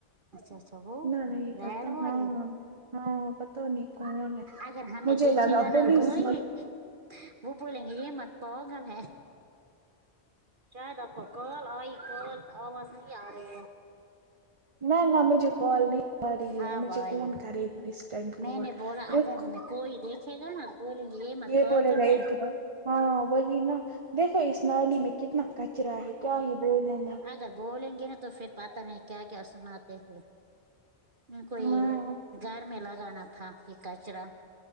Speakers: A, on the right (about 55°); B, on the right (about 30°).
A: اچھا اچھا وہ
B: نہ نہیں
A: ریڈ
B: پتہ
A: والی
B: ہاں ہاں پتا نہیں کون ہے
A: اگر ہمیں
B: مجھے
A: دیکھے
B: لگا
A: گا
B: پولیس
A: نہا کوئی
B: نہ
A: وہ بولیں گے یہ مت پاگل ہے شاید آپ کو کال آئی کال تو آواز نہیں آ رہی ہے
B: نہ نہ مجھے کال نہیں آ رہی
A: ہاں
B: ہے
A: بھائی
B: مجھے کون کرے گا اس ٹائم
A: میں
B: کال
A: نے بولا
B: د
A: اگر ہمیں کوئی دیکھے گا نا بولیں گے مت
B: یہ
A: پاگل
B: بولے گا
A: ہے
B: عیک کے بعد ہاں وہی نا دیکھو اس نالی میں کتنا کچرا ہے کیا ہی بولے نا
A: ا بولیں گے نا تو پھر پتہ نہیں کیا کیا سناتے ہیںھر میں کو یہ
B: ہاں
A: گھر میں لگانا تھا یہ کچرا